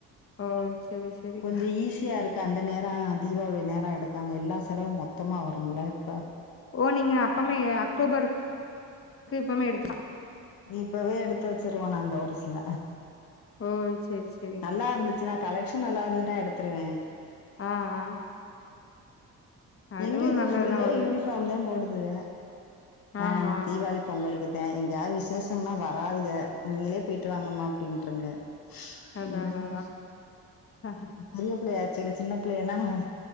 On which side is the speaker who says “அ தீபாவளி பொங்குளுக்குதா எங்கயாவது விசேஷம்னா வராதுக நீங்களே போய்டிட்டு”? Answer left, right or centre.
Left